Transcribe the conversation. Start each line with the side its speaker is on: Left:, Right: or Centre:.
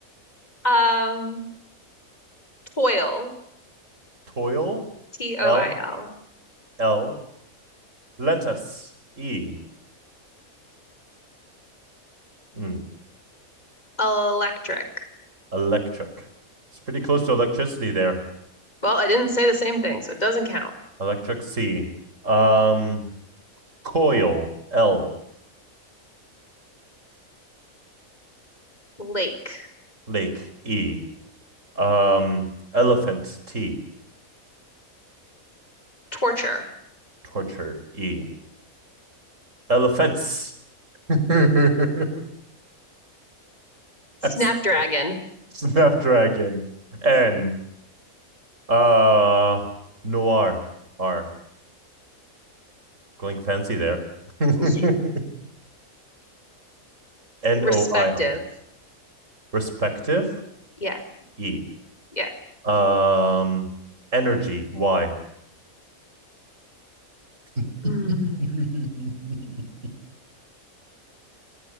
Left: Um, toil.
Right: Toil.
Left: T-O-I-L.
Right: L. L. Lettuce. E. Mm,
Left: Electric.
Right: electric. It's pretty close to electricity there.
Left: Well, I didn't say the same thing, so it doesn't count.
Right: Electric C. Um. Coil. L.
Left: Lake.
Right: Lake. E. Um. Elephant. T.
Left: Torture.
Right: Torture. E. Elephants. <laughs>
Left: Snapdragon.
Right: S. Snapdragon. N. Uh, noir. R. Going fancy there.
Left: <laughs>
Right: <laughs> N
Left: Respective.
Right: O I R. Respective.
Left: Yeah.
Right: E.
Left: Yeah.
Right: Um, energy. Y. <laughs>
Left: Mm.